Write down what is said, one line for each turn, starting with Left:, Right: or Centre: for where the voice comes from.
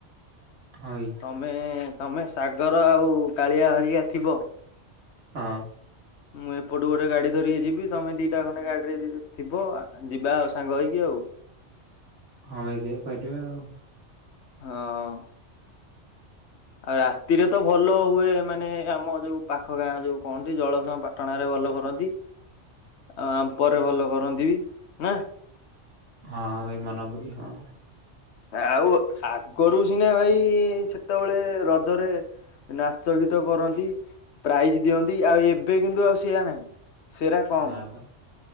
Right: ଭାଇ
Left: ତମେ ମେଁ ମେଁ ତମେ ସାଗର ଆଉ କାଳିଆ ହରିକା ଥିବ
Right: ହଁ
Left: ମୁଁ ଏପଟୁ ଗୋଟେ ଗାଡି ଧରିକି ଯିବି। ତମେ ଦିଟା ଖଣ୍ଡେ ଗାଡିରେ ଥିବ ଯିବା ଆଉ ସାଙ୍ଗ ହେଇକି ଆଉ
Right: ହଁ ଭାଇ ଯିବା କରିବ ଆଉ
Left: ହଁ। ଆଉ ରାତିରେ ତ ଭଲ ହୁଏ। ମାନେ ଆମ ଯୋଉ ପାଖ ଗାଁ ଯୋଉ କହନ୍ତି ଜଳସୁଆଁ ପାଟଣାରେ ଭଲ କରନ୍ତି। ଆଉ ଆମ୍ପରେ ଭଲ କରନ୍ତି ବି ନା।
Right: ହଁ ହଁ ଭାଇ ମାନ ବୋଲି ହଁ
Left: ଆଉ ଆଗରୁ ସିନା ଭାଇ ସେତେବେଳେ ରଜରେ ନାଚ ଗୀତ କରନ୍ତି ପ୍ରାଇଜ ଦିଅନ୍ତି। ଆଉ ଏବେ କିନ୍ତୁ ଆଉ ସେଆ ନାହିଁ। ସେରା କମ
Right: ନା ବା